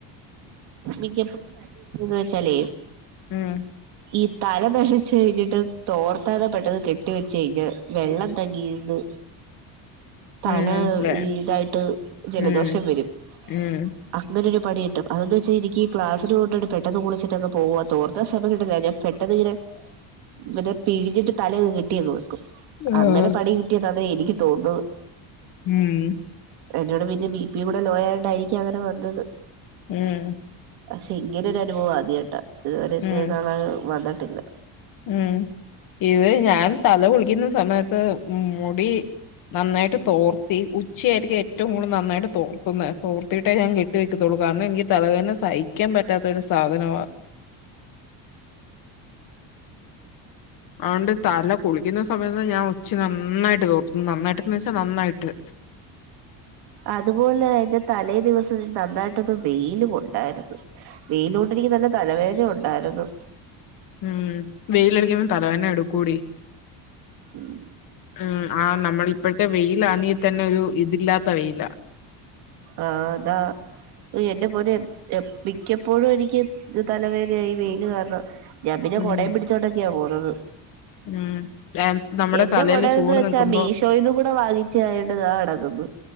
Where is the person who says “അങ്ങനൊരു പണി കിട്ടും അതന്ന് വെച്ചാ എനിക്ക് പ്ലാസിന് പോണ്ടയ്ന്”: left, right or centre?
Right